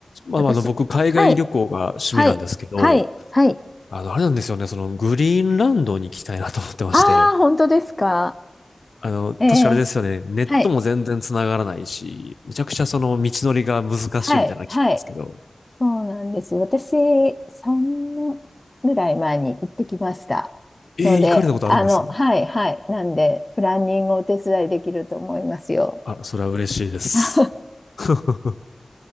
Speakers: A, on the left (about 80°); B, on the left (about 25°).
A: まあ、
B: 私。
A: あの、僕、海外旅行が趣味なんですけど、
B: はい。はい。はい。はい。
A: あの、あれなんですよね、その、グリーンランドに行きたいなと思ってまして、
B: ああ、本当ですか。
A: あの、確かあれですよね、
B: ええ
A: ネットも全然繋がらないし、
B: はい。
A: めちゃくちゃその、道のりが難しいみたいなの聞くんですけど、
B: はい。はい。そうなんです。私、3年ぐらい前に行ってきました。
A: えー行かれたことあるんです
B: ので、あの、はい。はい。なんで、プランニングをお手伝いできると思いますよ。
A: あ、それは嬉しいです。
B: <laughs>
A: <laughs>